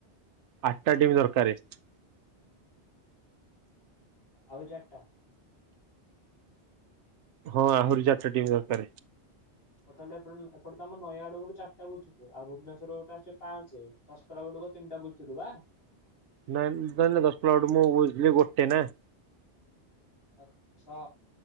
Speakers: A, on the right (about 85°); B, on the left (about 60°).
A: ଆଠଟା ଟିମ୍ ଦରକାରାରେ
B: ଆଉ ଚାରିଟା
A: ହଁ ଆହୁରି ଚାରିଟା ଟିମ୍ ଦରକ
B: କେ ଏଟ ତ ଆମ ନୟ ଆଡ ଗୋଟେ ଚାରଟା ବୁଛୁ ଆଉ ଭୁବନେଶ୍ର ଗୋଟେ ଆଛେ ପାଞ୍ଚେ ଚଶକଲା ଗୋେ ଆତନଟା ବୁତଦ ବା
A: ନାଇଁ ନାଇଁ ନ ଦଶଟଲା ବଟୁ ମୁଁ ବୁଝିଲି ଗୋଟେ ନା
B: ଆଚ୍ଛା